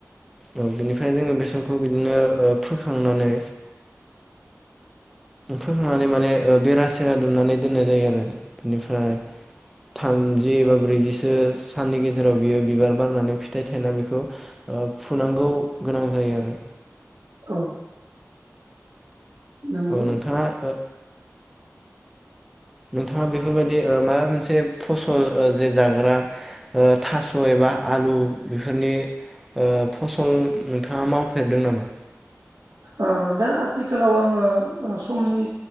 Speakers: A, in the centre; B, on the right.
A: औ बेनिफ्राय जोङो बे बेसरखौ बिदिनो ओ फोखांनानै
B: औ
A: फोखांनानै माने ओ बेरासि बेरा दुमनानै दोननाय जायो आरो बिनिफ्राय थामजि एबा ब्रैजिसो साननि गेजेराव बियो बिबार बारनानै फिथाइ थायना बेखौ फुनांगौ गोनां जायो आरो
B: औ। नंगौ
A: औ नोंथाङा ओ नोंथाङा बेफोरबायदि ओ मायबा मोनसे फसल ओ जे जाग्रा ओ थास' एबा आलु बेफोरनि ओ फसल नोंथाङा मावफेरदों नामा?
B: ओ दा आथिखालाव आङो समनि